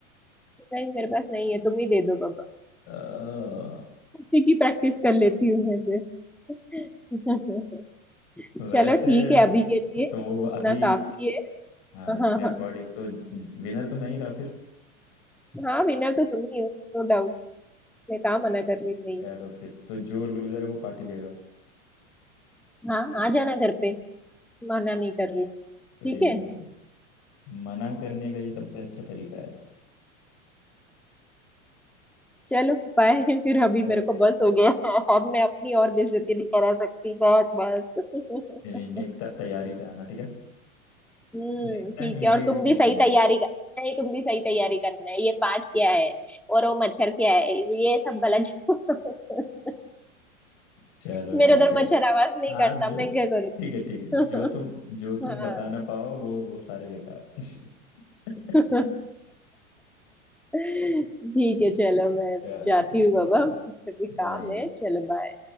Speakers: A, in the centre; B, on the left (about 55°).
A: नहीं मेरे पास नहीं है तुम ही दे दो बाबा
B: अ,
A: उसी की प्रैक्टिस कर लेती हूँ मैं फिर <laughs>
B: वैसे
A: चलो ठीक है अभी के लिए
B: तो अभी
A: इतना काफी है
B: हाँ
A: हाँ
B: इसके
A: हाँ
B: अकॉर्डिंग तो विनर तो मैं ही रहा फिर
A: हाँ विनर तो तुम ही हो No doubt मैं कहाँ मना कर रही हूँ नहीं
B: चलो फिर तो जो लूजर है वो पार्टी देगा
A: हाँ आ जाना घर पे मना नहीं कर रही हूँ
B: तो
A: ठीक
B: ये
A: है
B: देखो मना करने का ये सबसे अच्छा तरीका है
A: चलो बाय <laughs> फिर अभी
B: चलो
A: मेरे को बस हो गया अब मैं अपनी और बेइज्जती नहीं करा सकती बहुत बस
B: नहीं नहीं नेक्स्ट
A: <laughs>
B: टाइम तैयारी से आना ठीक है
A: हम्म
B: नेक्स्ट टाइम
A: ठीक
B: इजी
A: है और
B: इजी
A: तुम भी
B: पूछूंगा
A: सही तैयारी कर नहीं तुम भी सही तैयारी करना है ये पांच क्या है और वो मच्छर क्या है ये सब गलत <laughs>
B: चलो
A: मेरा
B: ठीक
A: उधर
B: है
A: मच्छर आवाज नहीं
B: आज
A: करता
B: जो
A: मैं क्या करूँ
B: ठीक है ठीक है जो
A: <laughs>
B: तुम जो तुम
A: हाँ
B: बता ना पाओ वो वो सारे बेकार <laughs>
A: <laughs> ठीक है चलो मैं
B: चलो
A: जाती
B: ठीक
A: हूँ बाबा
B: है बाय
A: मुझे भी काम
B: बाय
A: है चलो बाय